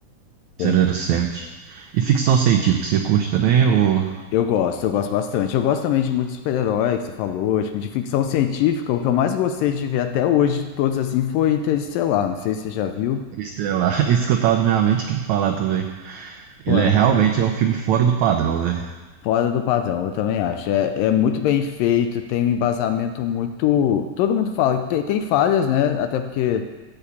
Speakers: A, on the left; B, on the right.
A: bem.
B: zero zero sete. E ficção científica, você curte também? Ou.
A: Eu gosto, eu gosto bastante. Eu gosto também de muitos super-heróis que você falou, tipo, de ficção científica. O que eu mais gostei de ver até hoje, de todos assim, foi Interestelar. Não sei se você já viu.
B: Interestelar? <laughs> Esse que eu tava na minha mente que falar também.
A: Pô,
B: Ele
A: é
B: é
A: muito
B: realmente
A: bom.
B: é um filme fora do padrão, né?
A: Fora do padrão, eu também acho. É, é muito bem feito, tem um embasamento muito. Todo mundo fala, que tem, tem falhas, né? Até porque